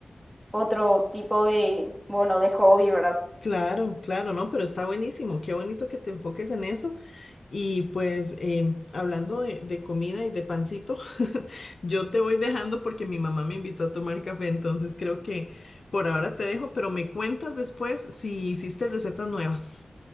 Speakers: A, on the right; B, on the left.
A: otro tipo de, bueno, de hobby, ¿verdad?
B: claro, claro, no, pero está buenísimo. Qué bonito que te enfoques en eso. Y pues em, hablando de, de comida y de pancito, <laughs> yo te voy dejando porque mi mamá me invitó a tomar café, entonces creo que por ahora te dejo, pero me cuentas después si hiciste recetas nuevas.